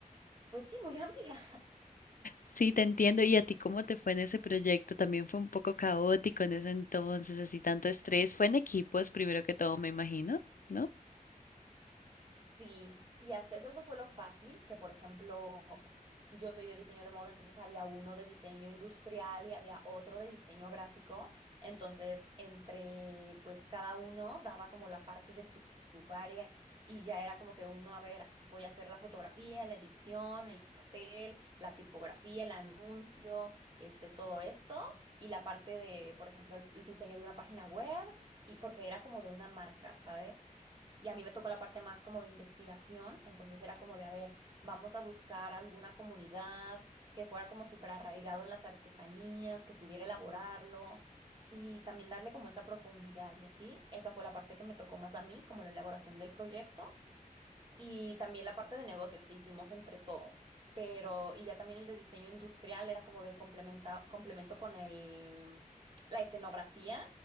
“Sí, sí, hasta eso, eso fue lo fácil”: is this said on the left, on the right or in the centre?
Right